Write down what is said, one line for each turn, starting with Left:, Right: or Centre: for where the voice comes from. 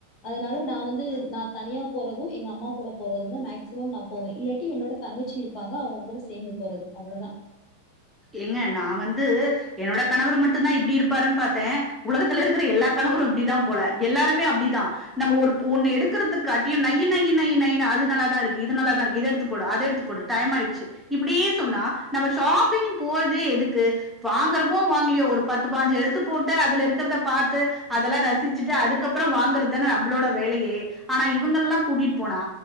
Left: அதனால நா வந்து நா தனியா போறது எங்க அம்மா கூட போறது தா ‌மேக்சிமம் நா போவேன் இல்லாட்டி என்னோட தங்கச்சி இருப்பாங்க அவுங்க கூட சேந்து போறது அவ்ளவுதான்
Centre: ஏங்க நான் வந்து என்னோட கணவர் மட்டுந்தான் இப்டி இருப்பாருன்னு பாத்தன் உலகத்துல இருக்குற எல்லா கணவரும் இப்டிதா போல எல்லாருமே அப்டிதா நம்ப ஒரு ஒன்னு எடுக்குறதக்காட்டி நை நை நைன்னு அது நல்லாதான் இருக்கு இது நல்லா தான் இருக்கு இத எடுத்து போடுஅத எடுத்து போடு டைம் ஆயிடுச்சு இப்டியே சொன்னா நம்ப ஷாப்பிங் போறதே எதுக்கு வாங்குறமோ வாங்கலீயோ ஒரு பத்து பாஞ்சு எடுத்து போட்டு அதுல இருக்குறத பாத்து அதெல்லா ரசி சிச்சுட்டு அதுக்கப்புறம் வாங்கற தான நம்ளோட வேலயே ஆனா இவுங்கல்லா கூட்டிட் போனா